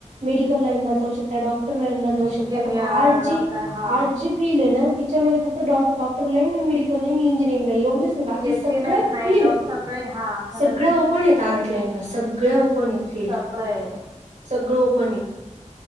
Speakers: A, on the right; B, on the right.
A: मेडिकल लाईनला जाऊ शकता, डॉक्टर र लाईन ला जाऊ
B: इंजिनियर
A: शकता पण, आर्ट
B: डॉक्टर
A: जी
B: हा
A: आर्ट जी फिल्ड हे ना तिच्यामध्ये फक्त डॉ डॉक्टर लईन अन मेडिकल लाईन इंजिनिअरंग नाही एवढीच नाही बाकी
B: येतीलच
A: सगळ्या
B: नाही
A: फील्ड
B: जाऊ सगळे हा खरंच
A: सगळ्या
B: आहे
A: ओपन आहेत आर्ट लाईनला सगळ्या ओपन आहेत. फील्ड
B: सगळे
A: सगळं ओपन आहे.